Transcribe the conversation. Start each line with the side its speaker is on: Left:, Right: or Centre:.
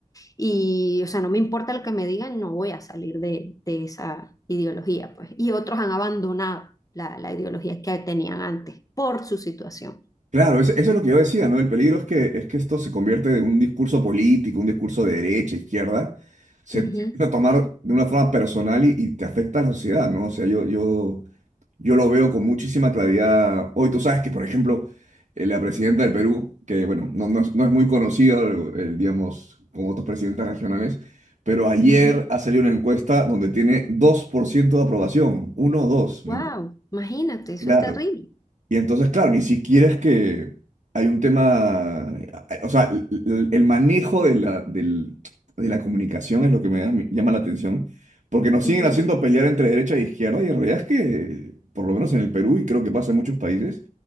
Left: y, o sea, no me importa lo que me digan, no voy a salir de, de esa ideología, pues. Y otros han abandonado la, la ideología que tenían antes por su situación.
Right: Claro, eso, eso es lo que yo decía, ¿no? El peligro es que, es que esto se convierte en un discurso político, un discurso de derecha, izquierda, se,
Left: Ujú.
Right: se empieza a tomar de una forma personal y, y te afecta a la sociedad, ¿no? O sea, yo, yo, yo lo veo con muchísima claridad hoy. Tú sabes que, por ejemplo, eh, la presidenta del Perú, que, bueno, no, no es, no es muy conocida, eh, digamos, como otros presidentes regionales, pero ayer
Left: Ujú.
Right: ha salido una encuesta donde tiene 2% de aprobación, uno o 2. ¿me
Left: Wow,
Right: entiendes?
Left: imagínate, eso
Right: Claro.
Left: es terrible.
Right: Y entonces, claro, ni siquiera es que hay un tema, o sea, l- l- el manejo de la, del- de la comunicación es lo que me da- me llama la atención, porque nos
Left: Ujú,
Right: siguen haciendo pelear entre derecha e izquierda y en realidad es que, por lo
Left: ujú.
Right: menos en el Perú y creo que pasa en muchos países,